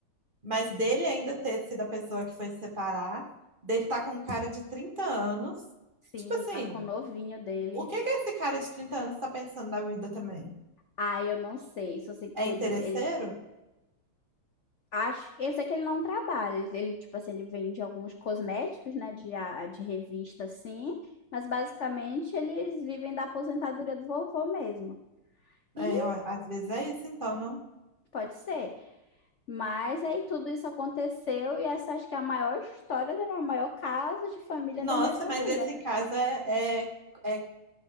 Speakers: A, on the right; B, on the left.
A: Mas dele ainda ter sido a pessoa que foi se separar, dele tá com um cara de 30 anos.
B: sim,
A: Tipo assim,
B: tá com o novinho dele.
A: O que que esse cara de 30 anos tá pensando da vida também?
B: Ah, eu não sei, só sei que
A: É interesseiro?
B: ele, ele acho que eu sei que ele não trabalha. Ele, ele, tipo assim, ele vende alguns cosméticos, né, de, a- de revista assim, mas basicamente eles vivem da aposentadoria do vovô mesmo.
A: É,
B: E
A: eu, a- às vezes é isso, então, não.
B: pode ser. Mas aí tudo isso aconteceu e essa acho que é a maior história, da- a maior caso de família
A: Nossa,
B: da minha família.
A: mas esse caso é, é, é-